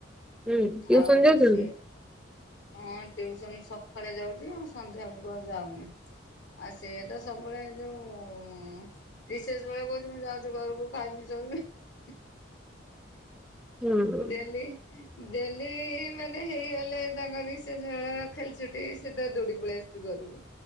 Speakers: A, in the centre; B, on the left.
A: ହୁଁ ଟିଉସନ
B: ଆଉ
A: ଯାଉଛନ୍ତି?
B: ସେ ହଁ ଟିଉସନ ସକାଳେ ଯାଉଚି ଆଉ ସନ୍ଧ୍ୟା ବେଳକୁ ଆଉ ଯାଉନି। ଆ ସେ ତ ସବୁବେଳେ ଯୋଉ ରିସେସ ବେଳେ କହୁଚି ମୁଁ ଯାଉଚି ଘରକୁ ଖାଇ ପିଇକି ଶୋଇବି।
A: ହଁ
B: ଡେଲି ଡେଲି ମାନେ ହେଇଗଲେ ତାଙ୍କ ରିସେସ ବେଳେ ଖେଳଛୁଟି ସିଧା ଦୌଡିକି ପଳେଇ ଆସୁଚି ଘରକୁ।